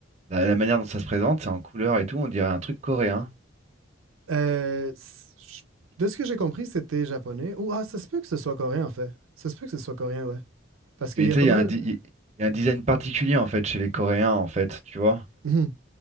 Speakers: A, on the right; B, on the right.
A: la, la manière dont ça se présente, c'est en couleur et tout, on dirait un truc coréen.
B: Euh, je- de ce que j'ai compris, c'était japonais. Ou ah, ça se peut que ce soit coréen en fait. Ça se peut que ce soit coréen, ouais. Parce qu'il
A: Parce
B: y
A: que,
B: a
A: tu sais,
B: pas
A: il y
B: mal.
A: a un, di- il il y a un design particulier, en fait, chez les Coréens, en fait, tu vois.
B: Mhm.